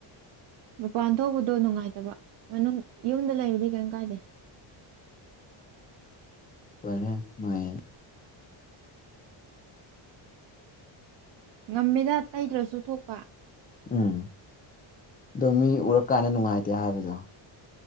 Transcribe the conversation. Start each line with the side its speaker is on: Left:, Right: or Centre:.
Right: ꯃꯄꯥꯟ ꯊꯧꯕꯗꯣ ꯅꯨꯡꯉꯥꯏꯇꯕ ꯃꯅꯨꯡ ꯌꯨꯝꯗ ꯂꯩꯔꯤꯗꯤ ꯀꯩꯝ ꯀꯥꯏꯗꯦ
Left: ꯀꯦ ꯅꯨꯡ
Right: ꯉꯝꯃꯦꯗ ꯇꯩꯗ꯭ꯔꯁꯨ ꯊꯣꯛꯄ
Left: ꯎꯝ ꯑꯗꯣ ꯃꯤ ꯎꯔꯀꯥꯟꯗ ꯅꯨꯡꯉꯥꯏꯇꯦ ꯍꯥꯏꯕꯗꯣ